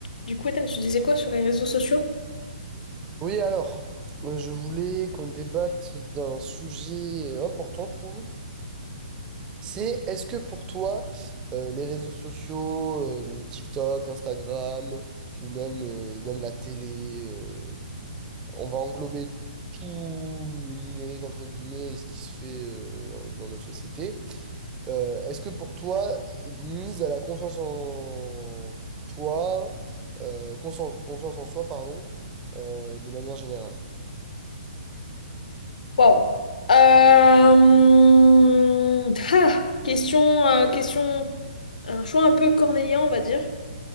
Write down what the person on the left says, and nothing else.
Du coup, Ethan, tu disais quoi sur les réseaux sociaux?
Waouh. Euh, ah, question, euh, question, un choix un peu cornélien, on va dire.